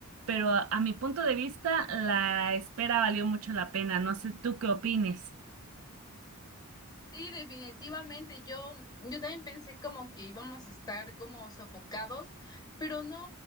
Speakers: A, on the right (about 65°); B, on the left (about 20°).
A: pero a, a mi punto de vista, la espera valió mucho la pena. No sé tú qué opines.
B: Sí, definitivamente. Yo, yo también pensé como que íbamos a estar como sofocados, pero no,